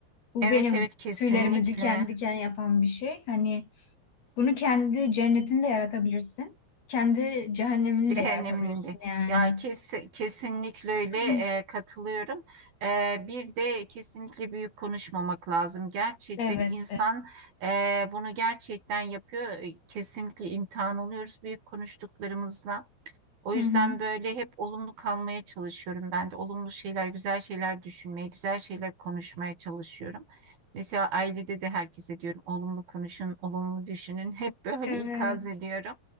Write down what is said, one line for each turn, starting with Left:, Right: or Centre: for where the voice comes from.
Left: Bu
Right: Evet
Left: benim
Right: evet kesinlikle.
Left: tüylerimi diken diken yapan bir şey. Hani Bunu kendi cennetini de yaratabilirsin. Kendi cehennemini
Right: Cehenneminde.
Left: de yaratabilirsin yani.
Right: Ya kes, kesinlikle öyle
Left: <clears throat>
Right: e, katılıyorum. E, bir de kesinlikle büyük konuşmamak lazım. Gerçekten
Left: Evet.
Right: insan
Left: Evet.
Right: e, bunu gerçekten yapıyor. E, Kesinlikle imtihan oluyoruz büyük konuştuklarımızla. O yüzden
Left: Hı hı.
Right: böyle hep olumlu kalmaya çalışıyorum ben de. Olumlu şeyler, güzel şeyler düşünmeye, güzel şeyler konuşmaya çalışıyorum. Mesela ailede de herkese diyorum olumlu konuşun, olumlu düşünün. <laughs> Hep böyle
Left: Evet.
Right: ikaz ediyorum.